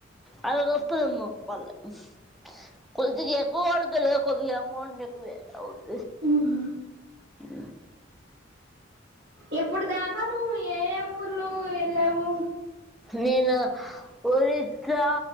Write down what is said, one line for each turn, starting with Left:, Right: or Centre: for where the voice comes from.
Centre: అలా <unintelligible> కొద్దిగ ఎక్కువ అడుతర్లే కొద్దిగ అమోంట్ <unintelligible> అవుత్
Right: ఊహు
Centre: ఇ
Right: ఇప్పుడు దాకా నువ్ ఏయే ఊర్లూ ఎళ్ళావు
Centre: నేను ఉరిట్లా